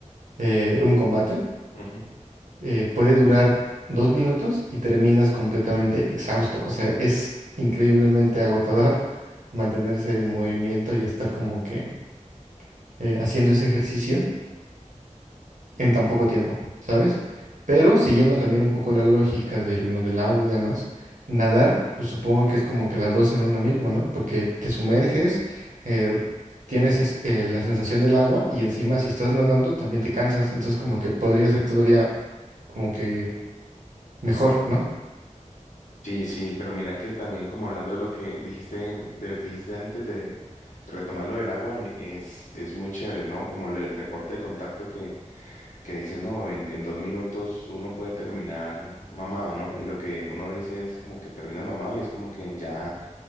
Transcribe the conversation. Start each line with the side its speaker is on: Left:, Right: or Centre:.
Right: eh, un combate,
Left: Ujú.
Right: eh, puede durar dos minutos y terminas completamente exhausto. O sea, es increíblemente agotador <laughs> mantenerse en movimiento y estar como que eh, haciendo ese ejercicio en tan poco tiempo, ¿sabes? Pero siguiendo también un poco la lógica de lo del agua y demás, nadar, pues supongo que es como que las dos en uno mismo, ¿no? Porque te sumerges, eh, tienes es- eh, la sensación del agua y encima si estás nadando también te cansas, entonces como que podría ser todavía como que mejor, ¿no?
Left: Sí, sí, pero mira que también como hablando de lo que dijiste, de lo que dijiste antes de, de retomar lo del agua, e- es, es muy chévere, ¿no? Como el, el deporte de contacto que que dices, no, en, en dos minutos uno puede terminar mamado, ¿no? Y lo que uno dice es como que terminas mamado y es como que ya